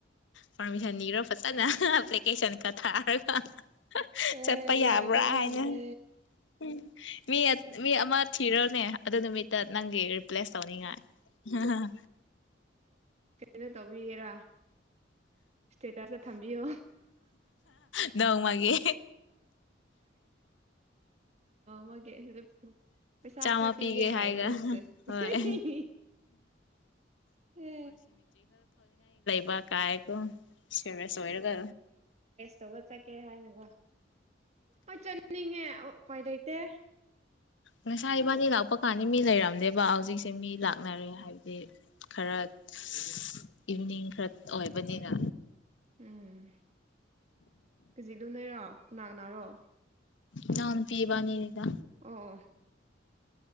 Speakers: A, on the left; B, on the right.
A: ꯄꯥꯔꯃꯤꯁꯟ ꯅꯤꯔꯣ ꯐꯖꯅꯥ ꯑꯍꯥꯍꯥ ꯐꯂꯦꯛ ꯄꯦꯁꯟꯀ ꯊꯥꯔꯒ
B: ꯑꯦ
A: ꯆꯠꯄ ꯌꯥꯕ꯭ꯔꯥ
B: ꯌꯥꯗꯧ ꯃꯥꯟꯗꯦ
A: ꯍꯥꯏꯅ ꯎꯪ ꯃꯤ ꯃꯤ ꯑꯃ ꯊꯤꯔꯣꯅꯦ ꯑꯗꯨ ꯅꯨꯃꯤꯠꯇ ꯅꯪ ꯔꯤꯄ꯭ꯂꯦꯁ ꯇꯧꯅꯤꯡꯉꯥꯏ ꯍꯥ ꯍꯥ ꯍꯥ
B: ꯅ ꯇꯧꯕꯤꯒꯦꯔꯥ ꯁ꯭ꯇꯦꯇꯁꯇ ꯊꯝꯕꯤꯌꯣ
A: ꯅꯣꯡꯃꯒꯤ
B: ꯍꯣꯏ <unintelligible> ꯄꯩꯁꯥ
A: ꯆꯥꯝꯃ
B: ꯈꯔ ꯄꯤꯒꯦ
A: ꯍꯥꯏꯒ
B: ꯀꯥꯏꯅ ꯁꯦ
A: ꯍꯣꯏ
B: ꯏꯍꯤ ꯍꯤ
A: ꯕꯥ ꯀꯥꯏ ꯑꯥ ꯁꯦꯔꯦꯁ ꯑꯣꯏꯔꯒ
B: ꯇꯧ ꯆꯠꯀꯦ ꯍꯥꯏꯅꯥꯀꯣ ꯑꯩ ꯆꯠꯅꯤꯡꯉꯦ ꯎꯄꯥꯏ ꯂꯩꯩꯇꯦ꯫
A: ꯉꯁꯥꯏ ꯏꯕꯥꯅꯤ ꯂꯥꯛꯄ ꯀꯥꯟꯗ ꯃꯤ ꯂꯩꯔꯝꯗꯦꯕ ꯍꯧꯖꯤꯛꯁꯦ ꯃꯤ ꯂꯥꯛꯅꯔꯦ ꯍꯥꯏꯕꯗꯤ ꯈꯔ ꯁ ꯏꯕꯤꯅꯤꯡ ꯈꯔ ꯑꯣꯏꯕꯅꯤꯅ
B: ꯎꯝ ꯈꯖꯤꯛꯗꯨꯝ ꯂꯩꯔꯣ ꯀꯅꯥ ꯀꯅꯥꯔꯣ
A: ꯏꯅꯥꯎꯄꯤ ꯏꯕꯅꯤꯅꯤꯗ
B: ꯑꯣ